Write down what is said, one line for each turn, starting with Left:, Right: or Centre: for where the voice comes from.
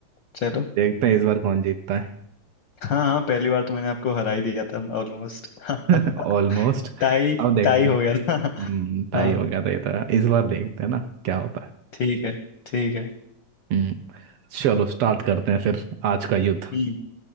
Left: चलो
Right: देखते हैं इस बार कौन जीतता है
Left: हाँ हाँ पहली बार तो मैंने आपको हरा ही दिया था ऑलमोस्ट <laughs>
Right: <laughs> ऑलमोस्ट
Left: टाई
Right: अब देखते
Left: टाई
Right: हैं
Left: हो
Right: ना
Left: गया था <laughs>
Right: हम्म टाई
Left: हाँ
Right: हो गया था ये तो इस बार देखते हैं ना क्या होता है
Left: ठीक है ठीक है
Right: हम्म। चलो स्टार्ट करते हैं फिर आज का युद्ध <laughs>
Left: हम्म